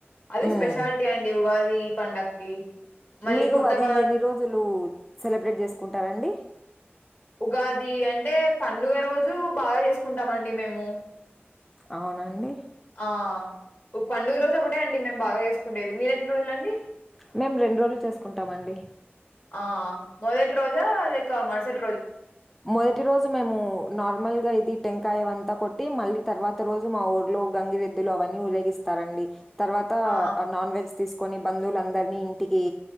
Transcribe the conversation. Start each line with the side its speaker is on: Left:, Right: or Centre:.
Left: అది
Centre: ఉమ్
Left: స్పెషాలిటీ అండి ఉగాది పండక్కి మళ్ళీ
Centre: మీరు
Left: కొత్త
Centre: అది
Left: బ
Centre: ఎన్ని రోజులు సెలబ్రేట్ చేసుకుంటారండి
Left: ఉగాది అంటే పండుగ రోజు బాగా చేసుకుంటామండి మేము
Centre: అవునండి
Left: ఆ పండుగ రోజు ఒకటే అండి మేము బాగా చేసుకుేది మీరెన్ని రోజులండి
Centre: మేము రెండు రోజులు చేసుకుంటామండి
Left: ఆ మొదెట్ రోజా లేక మసట్
Centre: మొదటి రోజు మేము నార్మల్ గా ఇది టెంకాయ అంతా కొట్టి మళ్ళీ తర్వాత రోజు మా ఊర్లో గంగిరెద్దులు అవన్నీ ఊరేగిస్తారండి తర్వాత
Left: ఆ
Centre: నాన్ వెెజ్ తీసుకొని బంధువులందరినీ ఇంటికి